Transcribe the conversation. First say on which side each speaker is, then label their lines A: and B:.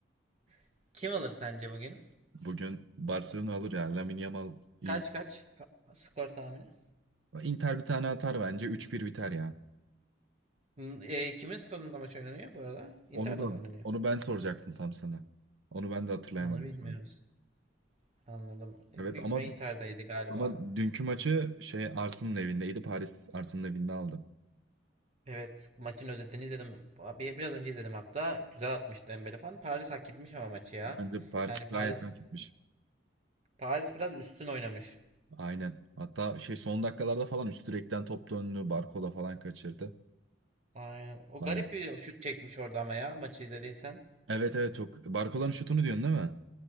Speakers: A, on the right (about 35°); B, on the right (about 75°).
A: <laughs> Kim alır sence bugün?
B: Bugün Barcelona alır ya, Lamine Yamal iyi.
A: Kaç kaç? Ta- skor tahmini.
B: Inter bir tane atar bence. üç bir biter ya.
A: Hmm, e, kimin stadında maç oynanıyor bu arada? Inter'de
B: Onu da
A: mi oynanıyor?
B: onu ben soracaktım tam sana. Onu ben de hatırlayamadım
A: Onu bilmiyoruz.
B: şu
A: Anladım. Büyük
B: Evet ama
A: ihtimalle Inter'deydi galiba.
B: ama dünkü maçı şey Arsenal'ın evindeydi. Paris Arsenal'ın evinde aldı.
A: Evet maçın özetini izledim. Bir, biraz önce izledim hatta. Güzel atmıştı Dembele falan. Paris hak etmiş ama maçı ya.
B: Bence Paris
A: Yani
B: gayet
A: Paris
B: hak etmiş.
A: Paris biraz üstün oynamış.
B: Aynen. Hatta şey son dakikalarda falan üst direkten top döndü. Barcola falan kaçırdı.
A: Aynen. O
B: Bayan.
A: garip bir şut çekmiş orada ama ya maçı izlediysen.
B: Evet evet çok. Barcola'nın şutunu diyorsun değil mi?